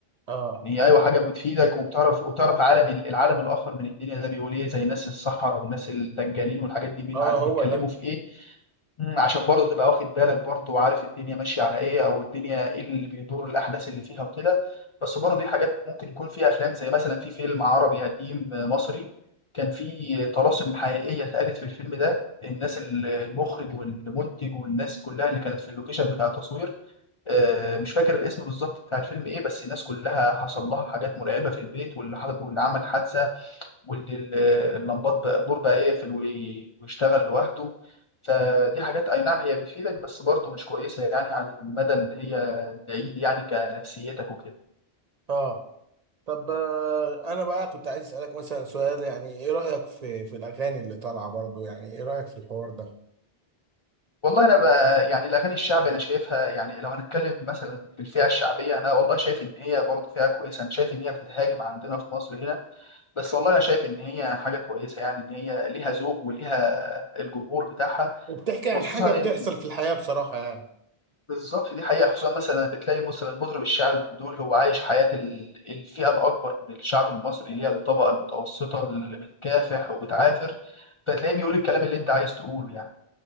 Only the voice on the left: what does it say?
يعني
هي ايوه حاجه بتفيدك وبتعرف وبتعرف عالم ال- العالم الاخر من الدنيا ده بيقول ايه زي ناس الصحراء والناس الدجالين والحاجات دي بيتعلموا
بيتكلموا
في ايه مم، عشان برضه تبقى واخد بالك برضه وعارف الدنيا ماشيه على ايه او الدنيا ايه اللي بيدور الاحداث اللي فيها وكده بس برضه دي حاجات ممكن يكون فيها افلام زي مثلا في فيلم عربي قديم آه، مصري كان في طلاسم حقيقيه اتقالت في الفيلم ده الناس ال- المخرج والمنتج والناس كلها اللي كانت في اللوكيشن بتاع التصوير آه، مش فاكر الاسم بالظبط بتاع الفيلم ايه بس الناس كلها حصل لها حاجات مرعبه في البيت واللي حصل- واللي عمل حادثه وان ال- اللمبات بقى النور بقى يقفل وي- ويشتغل لوحده فدي حاجات اي نعم هي بتفيدك بس برضه مش كويسه يعني على المدى اللي هي بعيد يعني كنفسيتك وكده
والله انا بقى يعني الاغاني الشعبي انا شايفها يعني لو هنتكلم مثلا في الفئه الشعبيه انا والله شايف ان هي برضه فئه كويسه انا شايف ان هي بتتهاجم عندنا في مصر هنا بس والله انا شايف ان هي حاجه كويسه يعني ان هي ليها ذوق وليها الجمهور بتاعها
خصوصا
ان
بالظبط دي حقيقة خصوصا مثلا بتلاقي مثلا المطرب الشعبي من دول هو عايش حياة ال- الفئة الأكبر من الشعب المصري اللي هي الطبقة المتوسطة اللي بتكافح وبتعافر فتلاقيه بيقول الكلام اللي أنت عايز تقوله يعني